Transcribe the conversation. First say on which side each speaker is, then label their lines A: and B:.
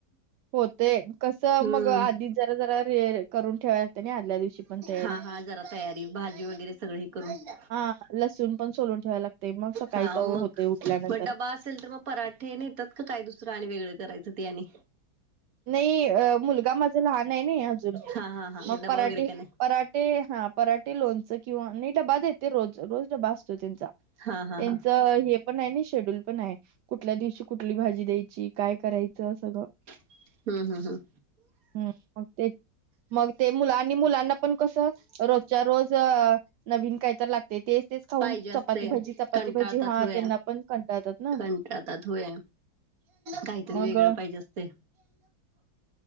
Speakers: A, on the right; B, on the right.
A: होतय, कसं
B: हम्म.
A: मग आधीच जरा-जरा करून ठेवायला लागते ना आदल्या दिवशी पण तयारी.
B: हा हा जरा तयारी, भाजी वगैरे सगळी करून-
A: हा, लसूण पण सोलून ठेवायला लागतय, मग सकाळी
B: हा
A: तर
B: मग
A: होते उठल्यानंतर.
B: मग डबा असेल तर मग पराठे नेतात का, काय दुसरं आणि वेगळं करायचं ते आणि?
A: नाही, अ.. मुलगा माझा लहान आहे ना अजून,
B: हा हा हा
A: मग
B: डबा
A: पराठे
B: वगैरे काय नाही.
A: परा- ते हा, पराठे लोणच किंवा मी डबा देते रोज. रोज असतो त्यांचा.
B: हा हा
A: त्यांच
B: हा
A: हे पण आहे ना, शेड्यूल पण आहे, कुठल्या दिवशी कुठली भाजी द्यायची? काय करायचं सगळं.
B: हम्. हम्. हम.
A: हं, मग तेच- मग ते मुलं आणि मुलांना पण कसं रोजच्या रोज नवीन काहीतर लागत- तेच-तेच खाऊन
B: पाहिजे असते
A: चपाती भाजी, चपाती
B: कंटाळतात
A: भाजी, हा
B: होया
A: त्यांना पण कंटाळतात ना?
B: कंटाळतात होया काहीतरी
A: मग
B: वेगळं पाहिजे असतय.